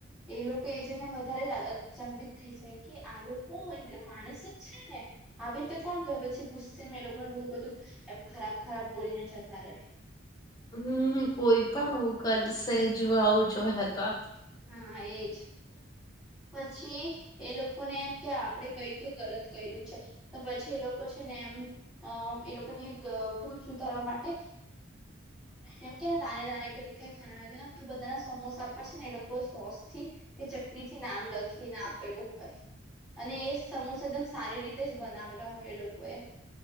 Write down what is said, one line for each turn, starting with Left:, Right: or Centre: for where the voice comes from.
Centre: એ લોકો એ જોઈને વધારે જ અચંબિત થઈ જાય કે આ લોકો માણસ જ છે ને આવી રીતે કોણ કે પછી ગુસ્સેમાં એ લોકોને બહુ બધું એમ ખરાબ ખરાબ બોલીને જતા રહે
Left: હમ કોઈ પણ આવું કરશે જો આવું જોહે તો
Centre: હા એજ પછી એ લોકોને એમ કે આપડે કેટલું ગલત કર્યું છે તો પછી એ લોકો છે ને એમ અ એ લોકોની ભૂલ સુધારવા માટે એમ કેને દાને દાને પે લીખા હૈં ખાને વાલે કા નામ તો બધાના સમોસા પર છે ને એ લોકો સોસ થી કે ચટણીથી નામ લખીને આપેલું હોય અને એ સમોસા એકદમ સારી રીતે જ બનાવેલા હોય એ લોકોએ